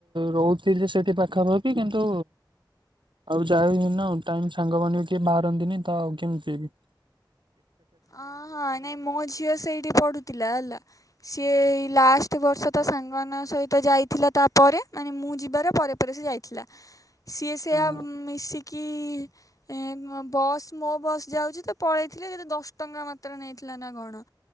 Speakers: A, on the right (about 85°); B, on the left (about 45°).
A: ରହୁଥିଲ ଯେ ସେଠି ପାଖାପାଖି କିନ୍ତୁ ଆଉ ଯାଇନି ନା ଟାଇମ ସାଙ୍ଗ ମ କିଏ ବାହାରନ୍ତିନି ତ ଆଉ କେମିତିବି।
B: ଅ ହଁ ନାଇଁ ମୋ ଝିଅ ସେଇଠି ପଡୁଥିଲା ହେଲା ସିଏ ଲାଷ୍ଟ ପ୍ରତି ବର୍ଷ ତା ସାଙ୍ଗମାନଙ୍କ ସହିତ ତ ଯାଇଥିଲା ତାପରେ ମାନେ ମୁଁ ଯିବି ପରେ ପରେ ସେ ଯାଇଥିଲା ସିଏ ସେ
A: ହଁ
B: ଆ ମିଶିକି କି ବସ୍ ମୋ ବସ୍ ଯାଉଛି ତ ପଳେଇଥିଲେ ଯଦି ଦଶ ଟଙ୍କା ମାତ୍ର ନେଇଥିଲା ନା କଣ